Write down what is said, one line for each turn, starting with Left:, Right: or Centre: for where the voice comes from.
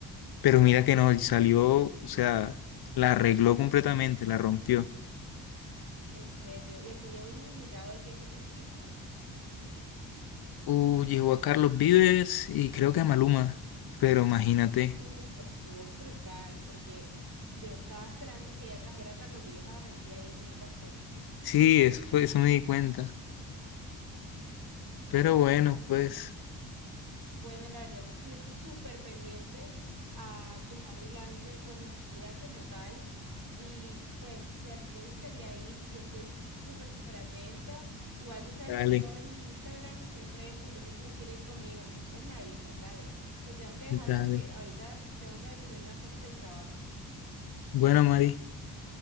Left: pero mira que no, salió, o sea, la arregló completamente, la rompió.
Right: En serio. ¿Y a quién llevo de invitado el día que tú fuiste?
Left: Uh, llegó a Carlos Vives y creo que a Maluma, pero imagínate.
Right: Uf, estuvo brutal, porque yo estaba esperando que ella trajera a Carlos Vives a Barranquilla y eso no pasó.
Left: Sí, eso fue, eso me di cuenta. Pero bueno, pues,
Right: Bueno, la verdad es que yo estoy súper pendiente a que Harry lance pues la gira como tal y pues si a ti te gustaría ir, yo estoy súper, súper atenta. Igual tú sabes
Left: dale,
Right: que yo en mi Instagram siempre publico quién quiere ir conmigo, entonces me avisas, dale. Te tengo que dejar
Left: dale.
Right: porque ahorita tengo que atender unas cosas del trabajo.
Left: Bueno, Mari,